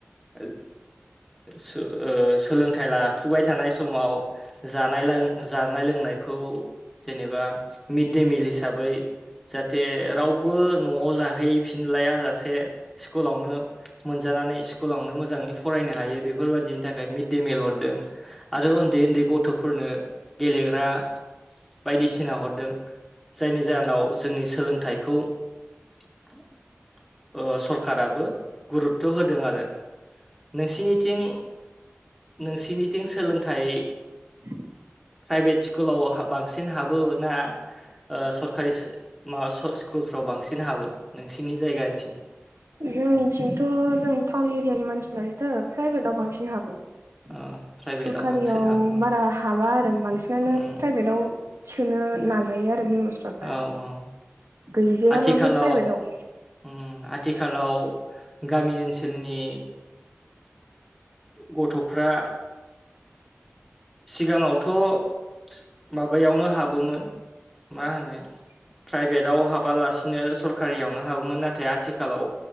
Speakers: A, in the centre; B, on the right.
A: ओ सो ओ सोलोंथाइ लाफुबाय थानाय समाव जानाय जानाय लों लोनायखौ जेनेबा मिड दे मिल हिसाबै जाहाथे रावबो न'आव जाहैफिनलाआ जासे स्कुलावनो मोनजानानै स्कुलावनो मोजाङै फरायनो हायो बेफोरबादिनि थाखाय मिड दे मिलक हरदों आरो उन्दै उन्दै गथ'फोरनो गेलेग्रा बायदिसिना हरदों जायनि जाहोनाव जोंनि सोलोंथाइखौ ओ सर सोरखाराबो गुरुथ' होदों आरो‌ नोंसिनिथिं नोंसिनिथिं सोलोंथाइ
B: <inaudible>
A: प्राइभेट स्कुलाव बांसिन हाबो ना ओ सोरखारि‌ मा स्कुलफ्राव बांसिन हाबो नोंसिनि जायगाथिं
B: जोंनिथिंथ' जों टाउन एरिआनि मानसि नालायनोथो प्राइभेटआव बांसिन हाबो सरखारियाव
A: ओ प्राइभेटाव बांसिन हाबो
B: बारा हाबा आरो। बांसिनानो
A: उम
B: प्राइभेटाव सोनो नाजायो आरो
A: औ औ
B: गैजायाबाबो
A: आथिखालाव
B: प्राइभेटआव
A: उम आथिखालाव गामि ओनसोलनि गथ'फ्रा सिगाङावथ' माबायावनो हाबोमोन मा होनो
B: <inaudible>
A: प्राइभेटाव हाबालासिनो सरखारियावनो हाबोमोन नाथाय आथिखालाव